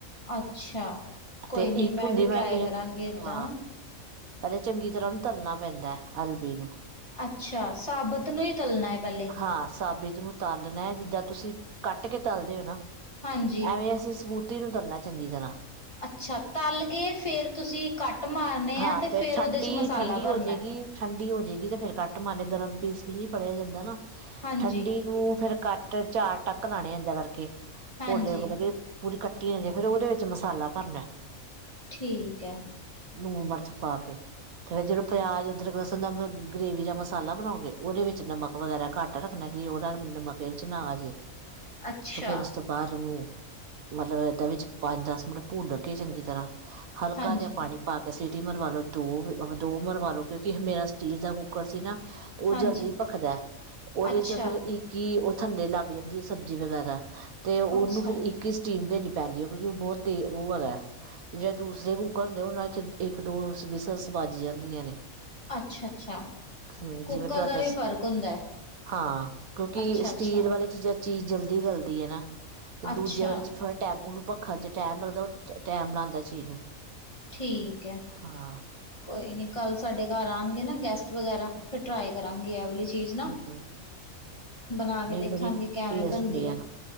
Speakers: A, on the left (about 20°); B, on the right (about 85°).
A: ਅੱਛਾ ਕੋਈ
B: ਤੇ
A: ਨੀ
B: ਇੱਕ
A: ਮੈਂ
B: ਹੁੰਦੀ
A: ਵੀ ਟਰਾਈ
B: ਕਿਹਾ
A: ਕਰਾਂਗੀ ਏਦਾਂ
B: ਹਾਂ
A: ਨਾ।
B: ਪਹਿਲੇ ਚੰਗੀ ਤਰ੍ਹਾ ਉਹਨੂੰ ਤਲਨਾ ਪੈਂਦਾ ਅਰਬੀ ਨੂੰ।
A: ਅੱਛਾ ਸਾਬਤ ਨੂੰ ਹੀ ਤਲਨਾ ਪਹਿਲ।
B: ਹਾਂ ਸਾਬਿਤ ਨੂੰ ਤਾਲਨਾ ਏ ਜਿੱਦਾਂ ਤੁਸੀਂ ਕੱਟ ਕੇ ਤਲਦੇ ਹੋ ਨਾ।
A: ਹਾਂਜੀ
B: ਐਵੇ ਅਸੀ ਸਬੂਤੀ ਨੂੰ ਤਲਨਾ ਚੰਗੀ ਤਰ੍ਹਾਂ।
A: ਅੱਛਾ ਤਲ ਕੇ ਫੇਰ ਤੁਸੀ ਕੱਟ ਮਾਰਨੇ
B: ਹਾਂ
A: ਏ ਤੇ ਫੇਰ
B: ਠੰਡੀ
A: ਉਹਦੇ 'ਚ ਮਸਾਲਾ
B: ਠੰਡੀ
A: ਭਰਨਾ।
B: ਹੋ ਜਾਏਗੀ ਠੰਡੀ ਹੋ ਜੇਗੀ ਤੇ ਫੇਰ ਕੱਟ ਮਾਰਨੇ ਗਰਮ ਪੀਸ ਵੀ ਨੀ ਫੜਿਆ ਜਾਂਦਾ ਨਾ
A: ਹਾਂਜੀ
B: ਠੰਡੀ ਨੂੰ ਫੇਰ ਕੱਟ। ਫੇਰ ਚਾਰ ਟੱਕ ਲਾਣੇ ਏਦਾਂ ਕਰਕੇ
A: ਹਾਂਜੀ
B: ਪੋਲ ਪੋਲੇ ਕਿ ਪੂਰੀ ਕੱਟੀ ਏ ਅਜੇ ਫੇਰ ਉਹਦੇ ਵਿੱਚ ਮਸਾਲਾ ਭਰਨਾ।
A: ਠੀਕ ਐ,
B: ਲੂਨ ਮਰਚ ਪਾ ਕੇ ਤੇ ਫੇਰ ਜਦੋਂ ਪਿਆਜ, ਅਦਰਕ, ਲਸਨ ਦਾ ਗ੍ਰੇਵੀ ਦਾ ਮਸਾ, ਮਸਾਲਾ ਬਨਾਉਗੇ ਉਹਦੇ ਵਿੱਚ ਨਮਕ ਵਗੈਰਾ ਘੱਟ ਰੱਖਨਾ ਕਿ ਉਹਦਾ ਨਮਕ ਇਹਦੇ ਚ' ਨਾ ਆ ਜੇ। <unintelligible>
A: ਅੱਛਾ
B: ਤੇ ਫੇਰ ਉਸ ਤੋ। ਬਾਅਦ ਨੂੰ, <unintelligible> ਮਤਲਬ ਇਹਦੇ ਵਿੱਚ ਪੰਜ ਦਸ ਮਿੰਟ ਭੁੰਨ ਕੇ ਚੰਗੀ ਤਰ੍ਹਾਂ। ਹਲਕਾ
A: ਹਾਂਜੀ
B: ਜਿਆ ਪਾਣੀ। ਪਾ ਕੇ ਸਿਟੀ ਮਰਵਾ ਲੋ, ਦੋ -ਦੋ ਮਰਵਾ ਲੋ ਕਿਉਂਕਿ ਮੇਰਾ ਸਟੀਲ ਦਾ ਕੁੱਕਰ ਸੀ ਨਾ। ਉਹ
A: ਹਾਂਜੀ
B: ਜਲਦੀ ਭਖਦਾ, ਉਹਦੇ
A: ਅੱਛਾ
B: ਚ' ਫਿਰ ਇੱਕ। ਕਿ ਉਹ ਥੱਲੇ ਲੱਗ ਜਾਂਦੀ ਆ ਸਬਜ਼ੀ ਵਗੈਰਾ ਤੇ, ਉਹਨੂੰ
A: ਅੱਛਾ
B: ਫਿਰ ਇੱਕ। ਕਿ ਸਟੀਮ ਦੇਣੀ ਪੈਂਦੀ ਆ ਕਿਉਂਕਿ, ਉਹ ਬਹੁਤ ਤੇ ਉਹ ਹੈਗਾ ਤੇ, ਜਿਹੜੇ ਦੂਸਰੇ ਕੁੱਕਰ ਨੇ ਉਹਨਾਂ। ਜਦ ਇੱਕ- ਦੋ ਵਿੱਸਲਸ ਵੱਜ ਜਾਂਦੀਆਂ ਨੇ,
A: ਅੱਛਾ -ਅੱਛਾ
B: ਹਮ
A: ਕੁੱਕਰ
B: ਜਿਵੇਂ ਤੁਹਾਡਾ
A: ਦਾ ਵੀ
B: ਸੀ।
A: ਫ਼ਰਕ
B: <unintelligible>
A: ਹੁੰਦਾ
B: ਹਾਂ ਕਿਉਂਕਿ
A: ਅੱਛਾ ਅੱਛਾ
B: ਸਟੀਲ ਵਾਲੇ ਚ ਜਾਂ ਚੀਜ਼ ਜਲਦੀ ਗਲਦੀ ਹੈ ਨਾ ਤੇ
A: ਅੱਛਾ
B: ਦੂਜੇ ਵਾਲੇ 'ਚ ਥੋੜ੍ਹਾ ਟੈਮ, ਉਹਨੂੰ ਭਖਣ 'ਚ ਟੈਮ ਲੱਗਦਾ ਉਹ ਟੈਮ ਲਾਂਦਾ ਚੀਜ਼ ਨੂੰ।
A: ਠੀਕ ਐ।
B: ਹਾਂ।
A: ਕੋਈ ਨੀ ਕੱਲ ਸਾਡੇ ਘਰ ਆਣਗੇ ਨਾ ਗੈਸਟ ਵਗੈਰਾ ਫਿਰ ਟਰਾਈ ਕਰਾਂਗੇ ਐ ਵਾਲੀ ਚੀਜ਼ ਨਾ
B: ਹਮ
A: ਬਣਾ ਕੇ
B: ਨਹੀਂ
A: ਦੇਖਾਂਗੇ
B: ਬੜੀ
A: ਕਿਵੇਂ
B: ਟੇਸਟ
A: ਬਣਦੀ
B: ਹੁੰਦੇ
A: ਹੈ
B: ਆ,